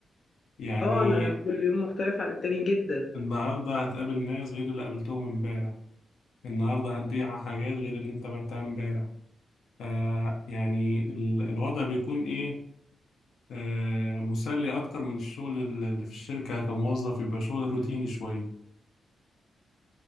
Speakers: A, on the left; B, on the left.
A: يعني
B: اه انا كل يوم مختلف عن التاني جدا
A: النهاردة هتقابل ناس غير اللي قابلتهم امبارح النهاردة هتبيع حاجات غير اللي انت بعتها امبارح آه يعني ال- الوضع بيكون ايه آه مسلي اكتر من الشغل اللي في الشركة كموظف يبقى شغل روتيني شوية